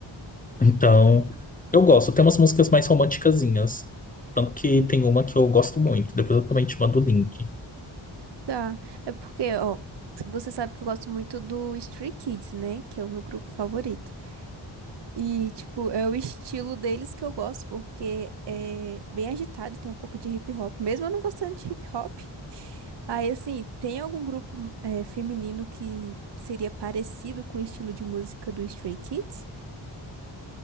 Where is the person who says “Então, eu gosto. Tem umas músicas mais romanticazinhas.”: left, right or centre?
Left